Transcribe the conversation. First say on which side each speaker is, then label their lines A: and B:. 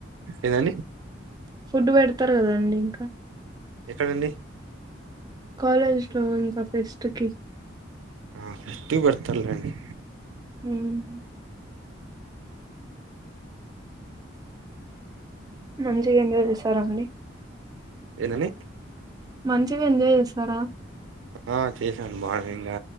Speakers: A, on the right (about 80°); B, on the right (about 20°).
A: ఏదండీ
B: ఫుడ్ పెడు వస్తారు కదండి ఇంకా
A: ఎక్కడండి
B: కాలేజ్ లో ఇంకా ఫెస్ట్ కి
A: ఆ ఫస్టు పెడతారు లెండి
B: <unintelligible> మంచిగా ఎంజాయ్ చేశారండి
A: ఏదండీ
B: మంచిగా ఎంజాయ్ చేస్తారా
A: ఆ చేశాను బానే ఇంగా